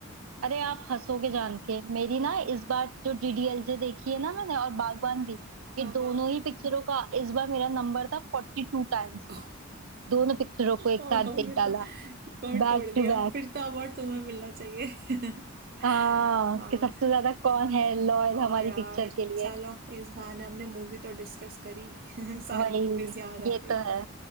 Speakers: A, on the right; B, on the right.
A: अरे आप हंसोगे जान के मेरी
B: हाँ
A: ना इस बार जो डीडीएलजे देखी है ना मैंने और बागबान भी ये
B: हाँ
A: दोनों
B: हाँ
A: ही पिक्चरों का इस बार मेरा नंबर था फोर्टी टू टाइम्स
B: <laughs>
A: दोनों पिक्चरों को एक
B: ओह
A: साथ देख
B: ये
A: डाला
B: तो रिकॉर्ड
A: बैक
B: तोड़ दिया
A: टू बैक
B: फिर तो अवार्ड तुम्हें मिलना चाहिए <laughs>
A: हाँ
B: हाँ
A: कि सबसे ज्यादा कौन है लॉयल
B: हाँ
A: हमारी
B: यार
A: पिक्चर के लिए
B: चलो इस बहाने हमने मूवी तो डिस्कस करी <laughs> सारी
A: वही
B: मूवीज याद आ
A: ये
B: गई
A: तो है